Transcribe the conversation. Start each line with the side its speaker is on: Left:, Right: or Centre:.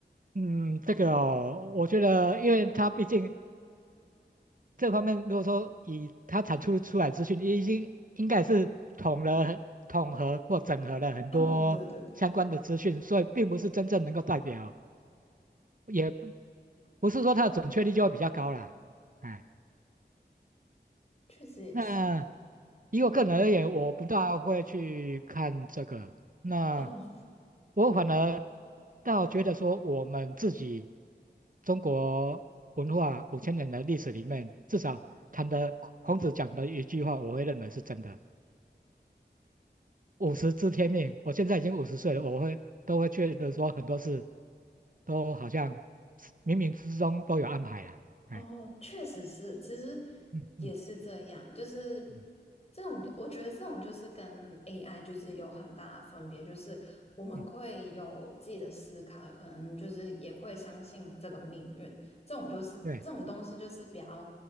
Right: 嗯，这个哦，我觉得，因为它毕竟这方面，如果说以它产出出来资讯，已经应该是统了、统合或整合了很多相关的资讯，
Left: 嗯，对对对，
Right: 所以并不是真正能够代表，也不不是说它的准确率就会比较高啦。哎。
Left: 确实也是。
Right: 那以我个人而言，
Left: 嗯，
Right: 我不大会去看这个。那
Left: 哦，
Right: 我反而倒觉得说，我们自己中国文化五千年的历史里面，至少谈的孔子讲的一句话，我会认为是真的：“五十知天命。”我现在已经五十岁了，我会都会觉得说，很多事都好像是冥冥之中都有安排了。哎，
Left: 哦，确实是，其实
Right: 嗯嗯
Left: 也是这样，就是
Right: 嗯
Left: 这种，我觉得这种就是跟 AI 就是有很大的分别，就是我们会有自己的思考，
Right: 嗯，
Left: 可能就是也会相信这个命运，这种就是这种东西就是比较
Right: 对